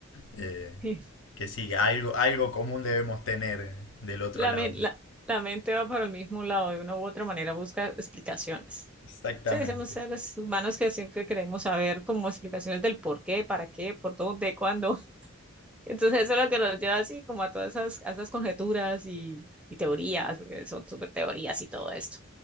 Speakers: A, on the left (about 60°); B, in the centre.
A: eh,
B: Sí.
A: que sí, algo, algo común debemos tener eh, del otro
B: La,
A: lado.
B: men- la- la mente va para el mismo lado, de una u otra manera busca explicaciones.
A: Exactamente.
B: Sí, somos seres humanos que siempre queremos saber como explicaciones del por qué, para qué, por dónde, cuándo. <laughs> Entonces eso es lo que nos lleva así como a todas esas, a esas conjeturas y, y teorías, porque son súper teorías y todo esto.